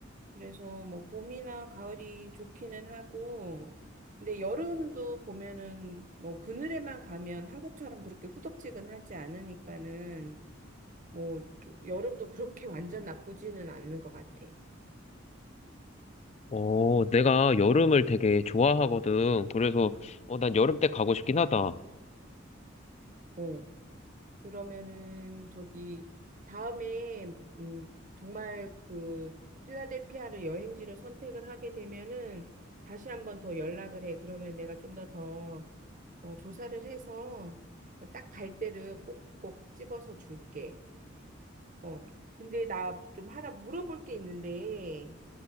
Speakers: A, on the right; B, on the left.
A: 그래서 뭐 봄이나 가을이 좋기는 하고, 근데 여름도 보면은 뭐 그늘에만 가면 한국처럼 그렇게 후덥지근하지 않으니까는 뭐 여름도 그렇게 완전 나쁘지는 않는 것 같아.
B: 어, 내가 여름을 되게 좋아하거든. 그래서, 어, 난 여름 때 가고 싶긴 하다.
A: 어, 그러면은 저기 다음에 음 정말 그 필라델피아를 여행지로 선택을 하게 되면은 다시 한번 더 연락을 해. 그러면 내가 좀 더더 어, 조사를 해서 딱 갈 때를 꼭꼭 집어서 줄게. 어. 근데 나 좀 하나 물어볼 게 있는데,